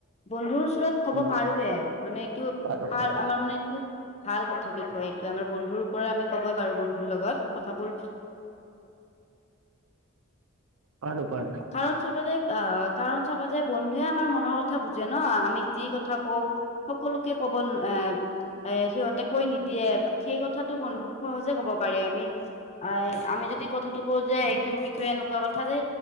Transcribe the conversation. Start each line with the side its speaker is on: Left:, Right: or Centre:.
Left: বন্ধুৰ ওচৰত কব
Right: উম
Left: পাৰোয়ে মানে এইটো
Right: পাৰো পাৰো।
Left: পাৰ আমাৰ মানে এইটো ভাল কথা বিষয়ে এইটো আমাৰ বন্ধুৰ ওপৰত আমি কবই পাৰো বন্ধুৰ লগত কথাবোৰ
Right: পাৰো, পাৰো।
Left: কাৰণ চাবা যায় অ', কাৰণ চাবা যায় বন্ধুৱে আমাৰ মনৰ কথা বুজে ন আমি যি কথা কওঁ সকলোকে ক'ব এ এ সিহঁতে কৈ নিদিয়ে সেই কথাতটো বন্ধুক সহজে কব পাৰে আমি আমি যদি কথাটো কওঁ যে এইটোৰ বিষয়ে এনেকুৱা কথা যে